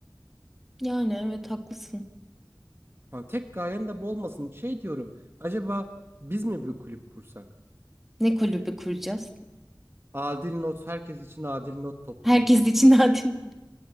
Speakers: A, in the centre; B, on the right.
A: Yani evet haklısın.
B: Ha, tek gayen de bu olmasın. Şey diyorum acaba biz mi bir kulüp kursak?
A: Ne kulübü kuracağız?
B: Adil Not herkes için adil not topluluğu.
A: Herkes için adil.